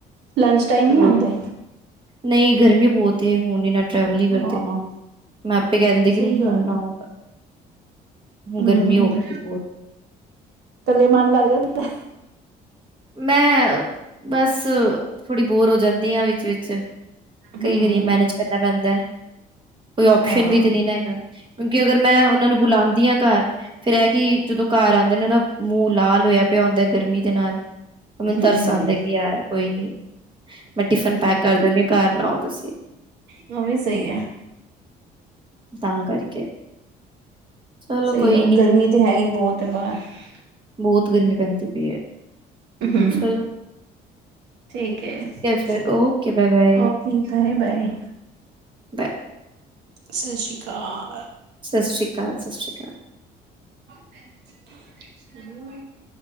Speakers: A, on the right; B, on the right.
A: ਲੰਚ ਟਾਈਮ ਨਹੀਂ
B: ਅਹ।
A: ਆਉਂਦੇ।
B: ਨਹੀਂ ਗਰਮੀ ਬਹੁਤ ਐ ਹੁਣ ਇਹਨਾਂ ਟਰੈਵਲ ਨੀ ਕਰਦੇ।
A: ਹਾਂ
B: ਮੈਂ ਆਪੇ ਕਹਿ ਦਿੰਦੀ ਕਿ
A: ਸਹੀ ਗੱਲ
B: ਹੁਣ ਨਾ
A: ਹੈ।
B: ਹੋਊਗਾ,
A: ਹਮ
B: ਗਰਮੀ ਹੋ ਗਈ ਬਹੁਤ
A: ਕੱਲੇ ਮੰਨ ਲੱਗ ਜਾਦਾ ਐ?
B: ਮੈਂ ਬਸ, ਥੋੜ੍ਹੀ ਬੋਰ ਹੋ ਜਾਂਦੀ ਆ ਵਿੱਚ ਵਿਚ ਕੀ
A: ਹਮ।
B: ਕਰੀਏ ਮੈਨੇਜ ਕਰਨਾ ਪੈਂਦਾ, ਕੋਈ ਔਪਸ਼ਨ
A: ਹਾਂ।
B: ਵੀ ਤੇ ਨੀ ਨਾ ਹੈਗੀ। ਕਿਉਂਕਿ ਅਗਰ ਮੈਂ ਉਹਨਾਂ ਨੂੰ ਬੁਲਾਉਂਦੀ ਆ ਘਰ ਫੇਰ ਇਹ ਕਿ ਜਦੋਂ ਘਰ ਆਦੇ ਦੇ ਨਾ ਮੂੰਹ ਲਾਲ ਹੋਇਆ ਪਿਆ ਹੁੰਦਾ ਗਰਮੀ ਦੇ ਨਾਲ ਮੈਨੂੰ
A: ਹਮ
B: ਤਰਸ ਆਦਾ ਕਿ ਯਾਰ ਕੋਈ ਨੀ, ਮੈਂ ਟਿਫਨ ਪੈਕ ਕਰ ਦਿੰਨੀ ਆ ਘਰ ਨਾ ਆਓ ਤੁਸੀਂ।
A: ਉਹ ਵੀ ਸਹੀ ਐ।
B: ਤਾਂ ਕਰਕੇ, ਚਲੋ
A: ਸਹੀ
B: ਕੋਈ ਨੀ
A: ਗਰਮੀ ਤੇ ਹੈ ਹੀ ਬਹੁਤ ਬਾਹਰ ‌
B: ਬਹੁਤ ਗਰਮੀ ਪੈਂਦੀ ਪਈ ਹੈ।
A: ਹੂੰ
B: ਚਲੋ
A: ਠੀਕ ਹੈ। ‌
B: ਫਿਰ ਓਕੇ ਬਾਏ ਬਾਏ
A: ਠੀਕ ਆਏ ਬਏ।
B: ਬਾਏ
A: ਸਤਿ ਸ਼੍ਰੀ ਅਕਾਲ
B: ਸਤਿ ਸ਼੍ਰੀ ਅਕਾਲ ਸਤਿ ਸ਼੍ਰੀ ਅਕਾਲ।
A: <unintelligible>